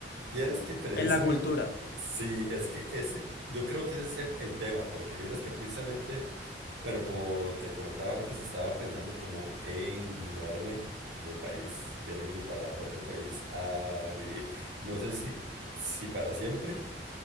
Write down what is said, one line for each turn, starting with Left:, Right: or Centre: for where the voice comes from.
Right: Vieras que precisamente,
Left: en la cultura,
Right: sí, es que ese, yo creo que ese es el, el tema, porque vieras que precisamente Bueno, como te comentaba antes, estaba pensando como en mudarme de país. Quiero irme para otro país a vivir. No sé si, si para siempre,